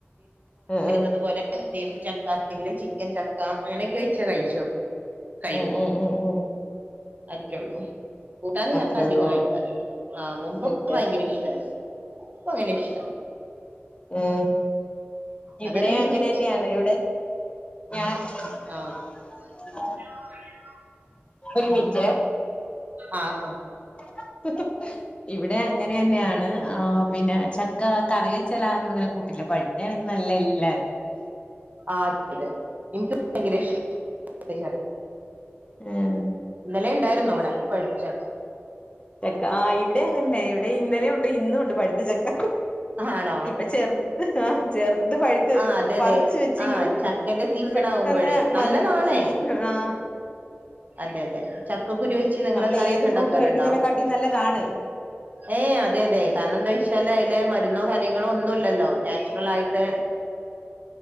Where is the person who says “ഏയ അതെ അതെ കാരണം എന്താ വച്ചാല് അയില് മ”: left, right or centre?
Right